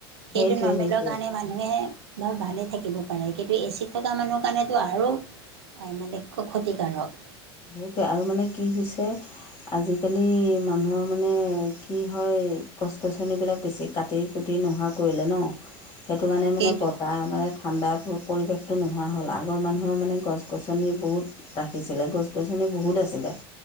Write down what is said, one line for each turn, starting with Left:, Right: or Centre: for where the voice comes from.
Right: সেইটো
Left: সেইটোৱে
Right: নৰ্মেলৰ
Left: সেইটোৱে
Right: কাৰণে মানে <unintelligible> বা ভালে থাকিব পাৰে, কিন্তু এচিত থকা মানুহ কাৰণেতো আৰু আই মানে লক্ষ্যক্ষতিকাৰক।
Left: সেইটোৱে আৰু, মানে কি হৈছে? আজিকালি মানুহৰ মানে কি হয় গছ-গছনিবিলাক বেছি কাটি-কুটি নোহোৱা কৰিলে ন', সেইটো কাৰণে
Right: সেইটো
Left: মানে বতাহ
Right: ন
Left: মানে ঠাণ্ডা পৰিৱেশটো নোহোৱা হ'ল, আগৰ মানুহৰ মানে গছ-গছনি বহুত ৰাখিছিলে। গছ গছনি বহুত আছিলে।